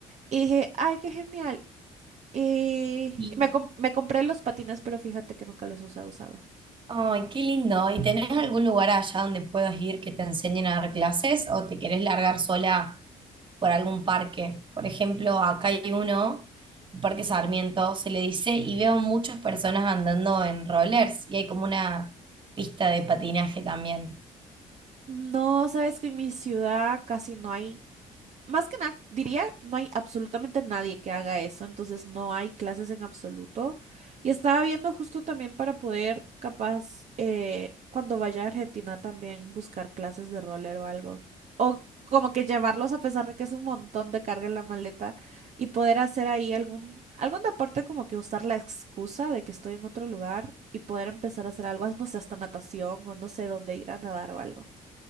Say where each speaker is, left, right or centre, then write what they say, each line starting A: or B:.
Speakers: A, on the right (about 55°); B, on the right (about 35°).
A: Y dije, ay, qué genial. Y
B: Y,
A: me, com- me compré los patines, pero fíjate que nunca los he usado.
B: ay, qué lindo. ¿Y tenés algún lugar allá donde puedas ir que te enseñen a dar clases o te querés largar sola por algún parque. Por ejemplo, acá hay uno, el Parque Sarmiento, se le dice, y veo muchas personas andando en rollers y hay como una pista de patinaje también.
A: No, sabes que en mi ciudad casi no hay Más que nada, diría, no hay absolutamente nadie que haga eso, entonces no hay clases en absoluto. Y estaba viendo justo también para poder, capaz, eh, cuando vaya a Argentina también buscar clases de roller o algo. O como que llevarlos a pesar de que es un montón de carga en la maleta y poder hacer ahí algún, algún deporte como que usar la excusa de que estoy en otro lugar y poder empezar a hacer algo, no sé, hasta natación o no sé dónde ir a nadar o algo.